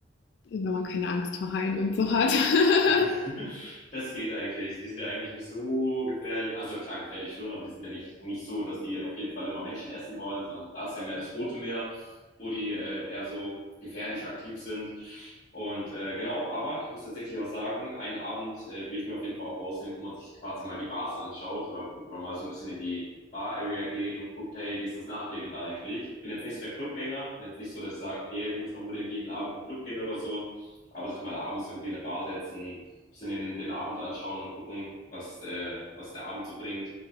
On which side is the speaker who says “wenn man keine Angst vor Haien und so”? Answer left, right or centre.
Left